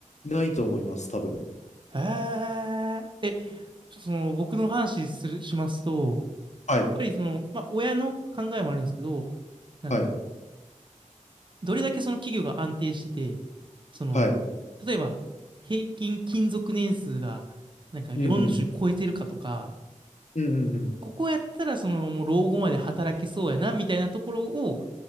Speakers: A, on the left; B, on the right.
A: いないと思います、多分。
B: えー、え、ちょっとその、僕の話する、しますと、
A: はい、
B: やっぱりその、まあ、親の考えもあるんですけど、なんだろ
A: はい、
B: う、どれだけその企業が安定してて、その、
A: はい。
B: 例えば、平均勤続年数が、なんか40超えてるかとか、
A: うんうん。うんうんうん。
B: ここやったら、その、もう老後まで働けそうやな、みたいなところを、